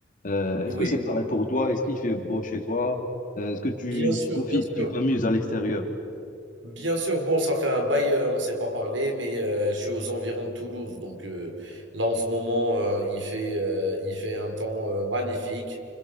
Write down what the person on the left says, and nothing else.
Euh,
est-ce que c'est pareil pour toi? Est-ce qu'il fait beau chez toi? Euh, est-ce que tu
profites,
tu t'amuses à l'extérieur?